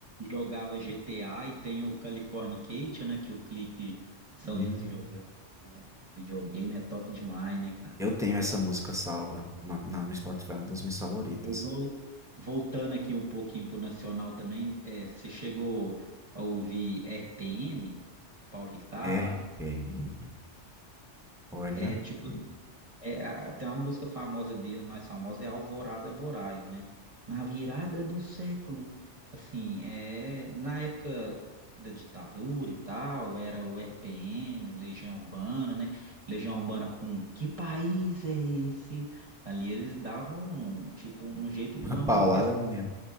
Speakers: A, on the right; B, in the centre.
A: jogava GTA e tem o Californication, né? Que o clipe são
B: Hum,
A: eles jogando. assim, Um videogame é top demais, né, cara?
B: eu tenho essa música salva na, na- no Spotify, é uma das minhas favoritas.
A: Eu vou- voltando aqui um pouquinho pro Nacional também, é, você chegou a ouvir RPM, Paulo Ricardo?
B: R RPM. Olha,
A: É tipo
B: <laughs>
A: É, a- tem uma música famosa dele, mais famosa, é Alvorada Voraz, né? Na virada do século, assim, é, na época da ditadura e tal, era o RPM, o Legião Urbana, né? Legião Urbana com que país é esse? Ali eles davam, um, tipo, um jeito,
B: uma
A: uma
B: paulada
A: manifestação,
B: mesmo.